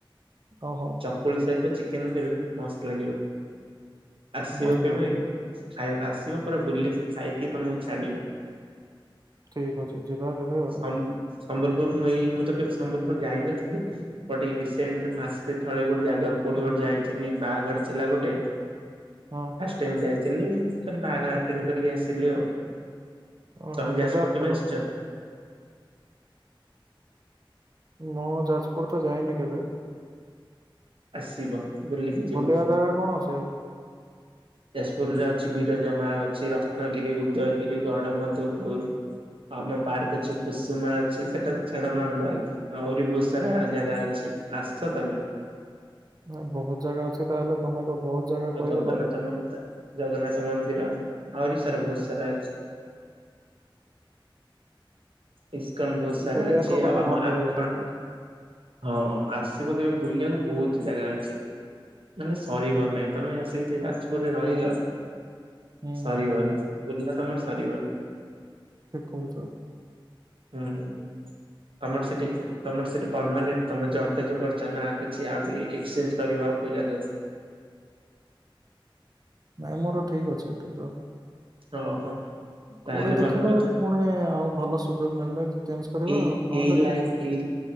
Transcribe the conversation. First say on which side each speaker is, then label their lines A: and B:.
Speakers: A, on the right; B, on the right.
A: ଓ ହୋ
B: ଚକୁଳି ସହିତ ଚିକେନ ଦେବେ ମସ୍ତ ଲାଗିବ ଆସିବ।
A: ମସ୍ତ
B: କେବେ
A: ଲାଗିବ ନା
B: ଖାଇ ଆସିବ ପୁରା ବୁଲିକି ଖାଇକି ତମକୁ ଛାଡିବୁ।
A: ଠିକ ଅଛି ଯିବା କେବେ ଆଉ।
B: ସମ ସମ୍ବଲପୁର ମୁଁ ଏଇ ମୁଁ ତ କେବେ ସମ୍ବଲପୁର ଯାଇନଥିଲି ବଟ ଏଇ ରିସେଣ୍ଟ ମାସେ ତଳେ ଗୋଟେ ଜାଗାକୁ କୋଉଠି କି ଗୋଟେ ଯାଇଥିନି ବାହାଘର ଥିଲା ଗୋଟେ
A: ହଁ।
B: ଫାର୍ଷ୍ଟ ଟାଇମ ଯାଇଥିଲି ଖାଲି ବାହାଘର ଆଟେଣ୍ଡ କରିକି ଆସିଲି ଆଉ।
A: ଓହୋ
B: ତମେ ଯାଜପୁର
A: ଆସିଥିଲ
B: କେବେ ଆସିଛ?
A: ମୁଁ ଯାଜପୁର ତ ଯାଇନି କେବେ।
B: ଆସିବ ବୁଲିକି ଯିବ।
A: ବୁଲିବା ଜାଗା କଣ ଆସି ହବ।
B: ଯାଜପୁରରେ ଅଛି ବିରଜା ମା ଅଛି ରତ୍ନଗିରି, ଉଦୟଗିରି, ଗଡ଼ ମଧୁପୁର। ଆମ ପାର୍କ ଅଛି କୁସୁମା ଅଛି ସେଟା ତ ଛାଡ ନର୍ମାଲ। ଆହୁରି ବହୁତ ସାରା ଜାଗା ଅଛି ଆସ ତମେ।
A: ନାହିଁ ବହୁତ ଜାଗା ଅଛି ତାହେଲେ ତମେ ତ ବହୁତ ଜାଗା
B: ଆଉ
A: କହି
B: ଜଗନ୍ନାଥ
A: ଦେଲଣି।
B: ମନ୍ଦିର ଜଗନ୍ନାଥ ମନ୍ଦିର ଆହୁରି ସାରା
A: ଆରେ
B: ବହୁତ ସାରା ଅଛି। ଇସ୍କନ ବହୁତ ସାରା
A: ବୁଲିବାକୁ
B: ଅଛି ଆଉ
A: ଗଲେ
B: ଆମ
A: ଭଲ ଲାଗିବ
B: ଆଖଣ୍ଡ
A: ତାହେଲେ
B: ହଁ ଆସିବ କେବେ ବୁଲିବାକୁ ବହୁତହି ଜାଗା ଅଛି। ମାନେ ସରିବ ନାଇଁ ତମେ ଆସିକି ଏଠି ଯାଜପୁରରେ ରହିଲ।
A: ହୁଁ
B: ସରିବନି ବୁଲିଲେ ତମର ସରିବନି।
A: ଠିକ କହୁଛ।
B: ହୁଁ ହୁଁ। ତମର ସେଠି ତମର ସେଠି ପରମାନେଣ୍ଟ୍ ତମ ଜବ ଟା ଯୋଉ କରିଛ ନା କିଛି ଆଉ କିଛି ଏକ୍ସଚେଞ୍ଜ। କରିବ ଆଉ କୋଉ ଜାଗାକୁ।
A: ନାଇଁ ମୋର ଠିକ୍ ଅଛି ଏଠି ଜବ୍।
B: ଓହୋ। ତାହେଲେ
A: କୋଉଠି ଦେଖିଲେ
B: ଭଲ କଥା
A: ପୁଣି ଆଉ ଭଲ ସୁଯୋଗ ମିଳିଲେ ଚେଞ୍ଜ କରିବା
B: ଏଇ
A: ଆଉ ନହେଲେ
B: ଏଇ ଲାଇ
A: ଠିକ ଅଛି।
B: ଏଇ